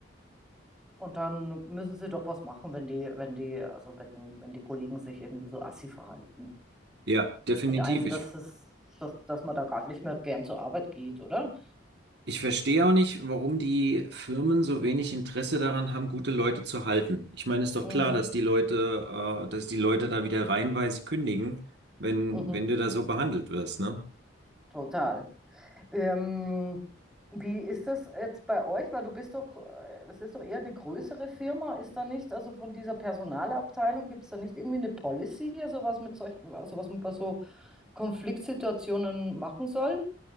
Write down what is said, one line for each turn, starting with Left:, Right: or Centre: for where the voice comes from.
Centre: Und dann müssen sie doch was machen, wenn die, wenn die, also wenn, wenn die Kollegen sich irgendwie so assi verhalten.
Right: ja, definitiv.
Centre: Mit einem,
Right: Ich,
Centre: dass es, dass, dass man da gar nicht mehr gern zur Arbeit geht, oder?
Right: ich verstehe auch nicht, warum die Firmen so wenig Interesse daran haben, gute Leute zu halten. Ich meine, ist doch
Centre: Mhm,
Right: klar, dass die Leute, äh, dass die Leute da wieder reihenweise kündigen, wenn,
Centre: mhm,
Right: wenn du da so behandelt wirst, ne?
Centre: total. Ähm, wie ist das jetzt bei euch? Weil du bist doch, äh, das ist doch eher eine größere Firma, ist da nicht, also von dieser Personalabteilung gibt es da nicht irgendwie eine Policy, also was mit solch, also was man bei so Konfliktsituationen machen soll?